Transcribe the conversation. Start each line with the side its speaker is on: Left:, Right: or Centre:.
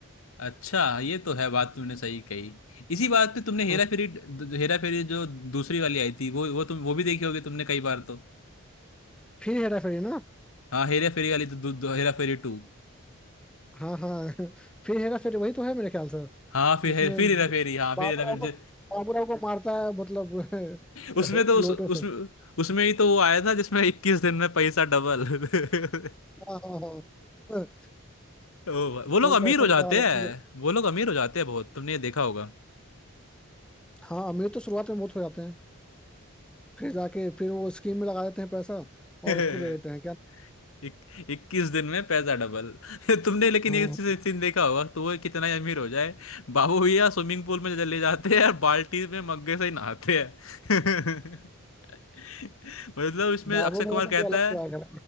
Left: अच्छा ये तो है बात तुमने सही कही इसी बात पे तुमने हेरा
Centre: हाँ
Left: फेरी जो हेरा फेरी जो दूसरी वाली आई थी वो वो तुम वो भी देखी होगी तुमने कई बार तो
Centre: फिर हेरा फेरी ना
Left: हाँ हेरा फेरी वाली तो दू- दू- हेरा फेरी टू
Centre: हाँ हाँ <laughs> फिर हेरा फेरी वही तो है मेरे ख्याल से
Left: हाँ फिर
Centre: जिसमें
Left: फिर हेरा फेरी हाँ फिर
Centre: बाबूराव
Left: हेरा फेरी
Centre: को बाबूराव को मारता है मतलब
Left: उसमें
Centre: <laughs>
Left: तो उस
Centre: लोटो
Left: उसमें
Centre: से
Left: उसमें ही तो वो आया था जिसमें इक्कीस दिन में पैसा डबल <laughs>
Centre: हाँ हाँ हाँ
Left: ओ भाई, वो लोग
Centre: चल
Left: अमीर
Centre: पैसे
Left: हो
Centre: निकाल
Left: जाते हैं
Centre: अपने।
Left: वो लोग अमीर हो जाते हैं बहुत तुमने ये देखा होगा
Centre: हाँ अमीर तो शुरुआत में बहुत हो जाते हैं फिर जाके फिर वो स्कीम में लगा देते हैं पैसा
Left: <laughs>
Centre: और उसको दे देते हैं क्या
Left: इक, इक्कीस दिन में पैसा डबल <laughs> तुमने लेकिन
Centre: हाँ
Left: ये सीन देखा होगा तो वो कितना ही अमीर हो जाए बाबू भैया स्विमिंग पूल में चले जाते हैं और बाल्टी में मग्गे से ही नहाते हैं <laughs> मतलब इसमें
Centre: बाबू
Left: अक्षय कुमार
Centre: भैया
Left: कहता
Centre: तो कोई अलग
Left: है
Centre: से आएगा